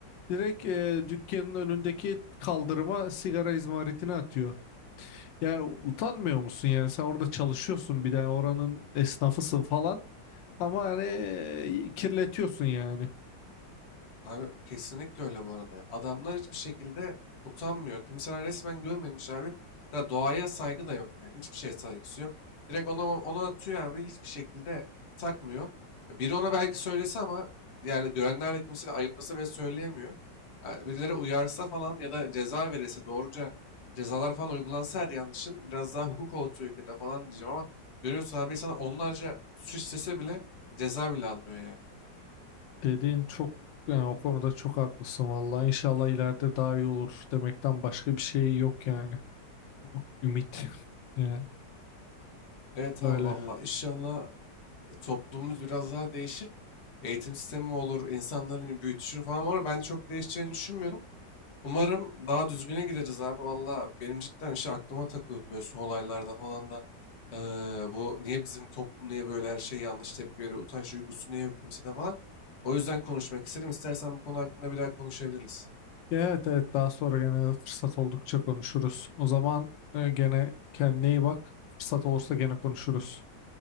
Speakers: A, on the left; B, on the left.
A: Direkt e, dükkanın önündeki kaldırıma sigara izmaritini atıyor. Yani utanmıyor musun yani sen orada çalışıyorsun bir de yani oranın esnafısın falan ama hani e, kirletiyorsun yani.
B: Abi kesinlikle öyle bu arada ya. Adamlar hiçbir şekilde utanmıyor. Kimseler resmen görmemiş abi. Ya doğaya saygı da yok yani. Hiçbir şeye saygısı yok. Direkt ona ona atıyor abi. Hiçbir şekilde takmıyor. Biri ona belki söylese ama yani görenler de kimse de ayıplasa bile söyleyemiyor. Yani birileri uyarsa falan ya da ceza verirse doğruca cezalar falan uygulansa her yanlışın biraz daha hukuk olsun ülkede falan diyeceğim ama görüyorsun abi sana onlarca suç istese bile ceza bile almıyor yani.
A: Dediğin çok yani o konuda çok haklısın vallahi. İnşallah ileride daha iyi olur demekten başka bir şey yok yani. Ümit. <laughs> Yani
B: Evet
A: öyle.
B: abi valla inşallah toplumumuz biraz daha değişir. Eğitim sistemi mi olur, insanların büyütüşü falan var ama ben çok değişeceğini düşünmüyorum. Umarım daha düzgüne gideriz abi. Valla benim cidden işte aklıma takılıyordu böyle son olaylarda falan da. eee, bu niye bizim toplum niye böyle her şey yanlış tepki veriyor, utanç duygusu niye yok kimsede falan. O yüzden konuşmak istedim. İstersen bu konu hakkında bir daha konuşabiliriz.
A: Evet evet daha sonra gene fırsat oldukça konuşuruz. O zaman e, gene kendine iyi bak. Fırsat olursa gene konuşuruz.